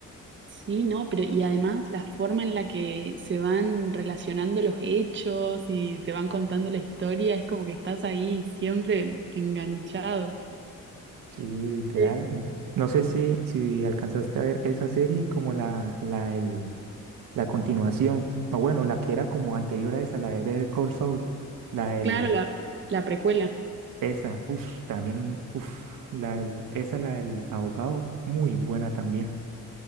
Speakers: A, on the right; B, on the right.
A: Sí, no, pero y además la forma en la que se van relacionando los hechos y te van contando la historia, es como que estás ahí siempre enganchado.
B: Sí, literal.
A: Sí.
B: Mm. No sé si, si alcanzaste a ver esa serie como la, la, el- la continuación, o bueno, la que era como anterior a esa, la de Better Call Saul, la del,
A: Claro, la, la precuela.
B: Esa, uff, también un, uff, la, del- esa la del abogado, muy buena también.